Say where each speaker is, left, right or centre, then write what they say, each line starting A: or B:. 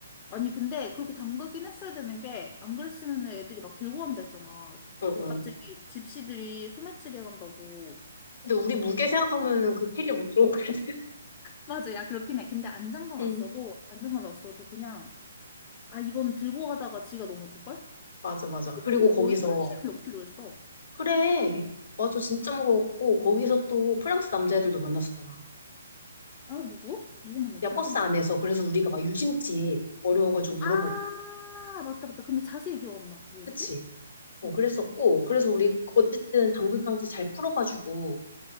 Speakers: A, on the left; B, on the left.
A: 아니, 근데 그렇게 담그긴 했어야 되는 게 안 그랬으면 애들이 막 들고 간다 했잖아.
B: 응, 응.
A: 갑자기 집시들이 소매치기 간다고.
B: 근데 우리 무게 생각하면은 그 캐리어 못 들어가거든.
A: 맞아. 야, 그렇긴 해. 근데 안 잠궈놨어도,
B: 응,
A: 안 잠궈놨어도 그냥, 아, 이건 들고 가다가 지가 넘어질걸?
B: 맞아, 맞아. 그리고
A: 또 거의
B: 거기서
A: 3십몇 킬로였어.
B: 그래, 맞아,
A: 응.
B: 진짜 무거웠고 거기서 또 프랑스 남자애들도 만났었잖아.
A: 아, 누구? 누구 만났지?
B: 야, 버스
A: 프랑스.
B: 안에서 그래서 우리가 막 유심칩 어려워가지고 물어보고,
A: 아, 맞다, 맞다. 근데 자세히 기억 안 나. 뭐였지?
B: 그치? 어,
A: 응.
B: 그랬었고, 그래서 우리 어쨌든 담금 장치 잘 풀어가지고,